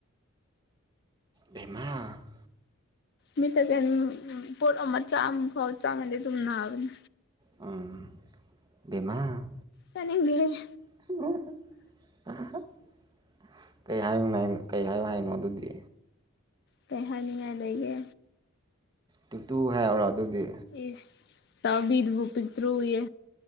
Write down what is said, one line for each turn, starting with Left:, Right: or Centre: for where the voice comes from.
Right: ꯕꯦꯃꯥ
Left: ꯃꯤꯠꯇꯒ ꯎꯝ ꯄꯣꯠ ꯑꯃ ꯆꯥ ꯑꯃꯐꯥꯎ ꯆꯪꯉꯗꯤ ꯑꯗꯨꯝ ꯅꯥꯕꯅꯦ
Right: ꯎꯝ ꯕꯦꯃꯥ
Left: ꯇꯥꯅꯤꯡꯗꯦꯍꯦ
Right: <unintelligible> ꯀꯩ ꯍꯥꯏꯌꯦꯃꯦꯡ ꯀꯩ ꯍꯥꯏꯌꯣ ꯍꯥꯏꯅꯣ ꯑꯗꯨꯗꯤ
Left: ꯀꯩ ꯍꯥꯏꯅꯤꯡꯉꯥꯏ ꯂꯩꯒꯦ
Right: ꯇꯨꯇꯨ ꯍꯥꯏꯔꯛꯎꯔꯣ ꯑꯗꯨꯗꯤ
Left: ꯏꯁ ꯇꯥꯕꯤꯗꯨꯕꯨ ꯄꯤꯛꯇ꯭ꯔꯨꯌꯦ